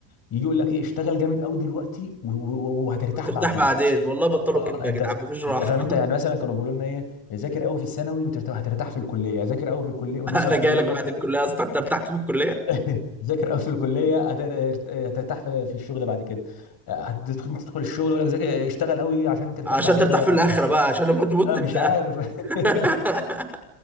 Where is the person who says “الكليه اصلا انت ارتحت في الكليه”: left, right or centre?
Centre